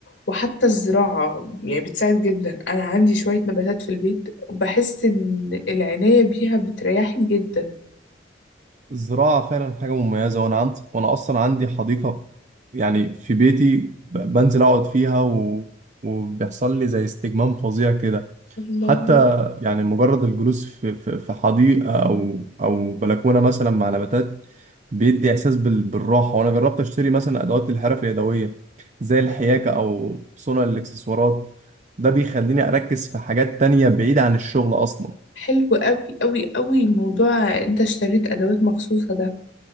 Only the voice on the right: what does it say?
الزراعة فعلا حاجة مميزة وأنا عند... وأنا أصلا عندي حديقة في- يعني في بيتي ب... بنزل أقعد فيها و... وبيحصل لي زي استجمام فظيع كده
حتى يعني مجرد الجلوس في في في حديقة أو أو بلكونة مثلا مع نباتات بيدي إحساس بال- بالراحة وأنا جربت أشتري مثلا أدوات الحرف اليدوية زي الحياكة أو صنع الإكسسوارات ده بيخليني أركز في حاجات تانية بعيدة عن الشغل أصلا